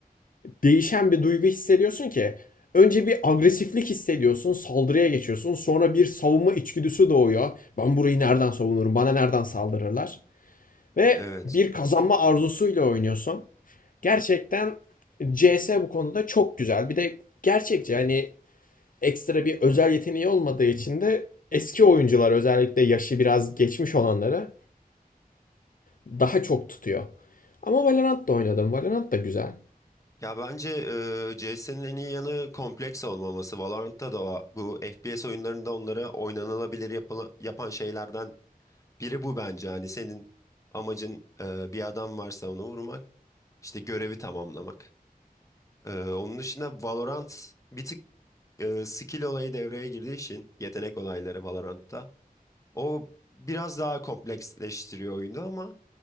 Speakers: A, on the left; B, on the left.
A: değişen bir duygu hissediyorsun ki. Önce bir agresiflik hissediyorsun, saldırıya geçiyorsun. Sonra bir savunma içgüdüsü doğuyor. Ben burayı nereden savunurum? Bana nereden saldırırlar? Ve
B: Evet.
A: bir kazanma arzusuyla oynuyorsun. Gerçekten CS bu konuda çok güzel. Bir de gerçekçi hani ekstra bir özel yeteneği olmadığı için de eski oyuncular özellikle yaşı biraz geçmiş olanlara daha çok tutuyor. Ama Valorant da oynadım. Valorant da güzel.
B: Ya bence eee CS'nin en iyi yanı kompleks olmaması. Valorant'ta da o- bu FPS oyunlarında onları oynanılabilir yapıla- yapan şeylerden biri bu bence. Hani senin amacın eee, bir adam varsa onu vurmak, işte görevi tamamlamak. Eee, onun dışında Valorant bir tık eee, skill olayı devreye girdiği için yetenek olayları Valorant'ta. O biraz daha kompleksleştiriyor oyunu ama